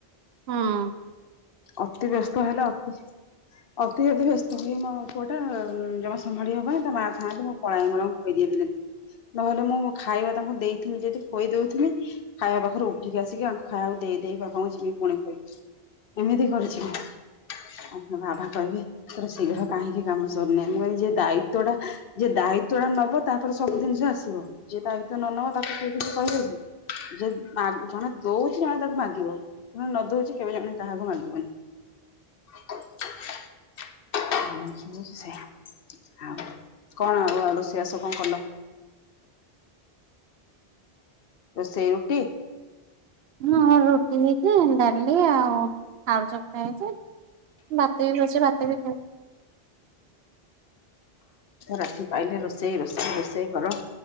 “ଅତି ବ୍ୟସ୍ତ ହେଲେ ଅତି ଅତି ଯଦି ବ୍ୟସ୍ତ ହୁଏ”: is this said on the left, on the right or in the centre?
Left